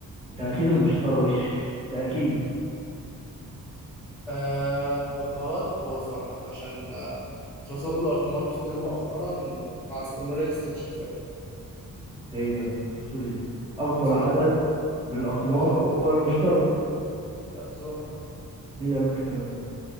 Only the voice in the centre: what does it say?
آه غلط هو زحل عشان آه، اترصد له أقمار كتير مؤخرا مع استمرار الاستكشافات
ظهر
له
أقمار
لا زحل